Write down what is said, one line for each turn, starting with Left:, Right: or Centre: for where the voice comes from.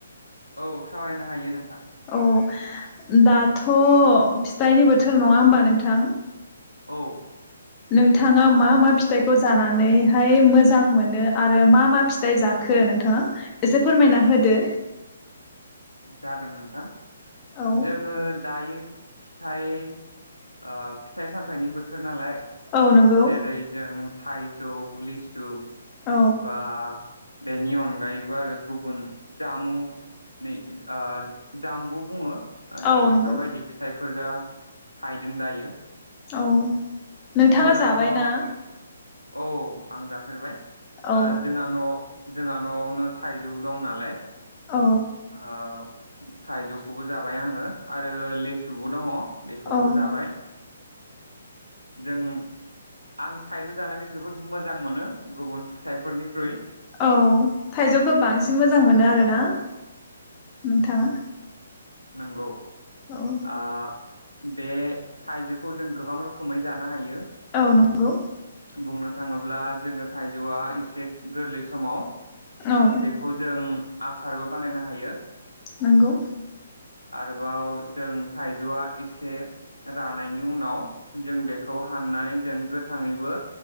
Right: औ सावरायनो हायो नों आ
Left: औ दाथ' फिथाइनि बोथोर नङा होमबा नोंथां
Right: औ
Left: नोंथाङा मा मा फिथाइखौ जानानैहाय मोजां मोनो आरो मा मा फिथाइ जाखो नोंथाङा एसे फोरमायना होदो
Right: जागोन नोंथां
Left: औ
Right: जोङो दायो फिथाइ ओ फिथाइ सामथायाइनि बोथोर नालाय
Left: औ नंगौ
Right: जेरै जों थाइजौ लिसु
Left: औ
Right: बा बे नि अनगायैबो आरो गुबुन जामुं नै ओ आ जाम्बु बुङो नै
Left: औ नंगौ
Right: बेफोरबायदि फिथाइ फोरा थायदों दायो
Left: औ नोंथाङा
Right: जोंहा
Left: जाबायना?
Right: न'आव औ आं जाफेरबाय
Left: औ
Right: आ जोंहा न' जोंहा न'आवनो थाइजौ दं नालाय
Left: औ
Right: ओ थाइजौखौबो जाबाय आङो आरो लेसुबो दङ बेखौबो
Left: औ
Right: जाबाय जों आं थाइजौ जानानै जोबोद मोजां मोनो गुबुन फिथाइफोरनिख्रुइ
Left: औ थाइजौखो बांसिन मोजां मोनो आरो ना नोंथाङा
Right: नोंगौ
Left: औ
Right: आ बे थाइजौखौ जों गोबां रोखोमै जानो हायो
Left: औ नोंगौ
Right: बुंनो थाङोब्ला जोङो थाइजौआ एसे गोरलै समाव
Left: औ
Right: बेखौ जों आसारबो बानायनो हायो
Left: नोंगौ
Right: आरोबाव जों थाइजौआ इसे रानायनि उनाव जों बेखौ हाननानै जों गोथाङैबो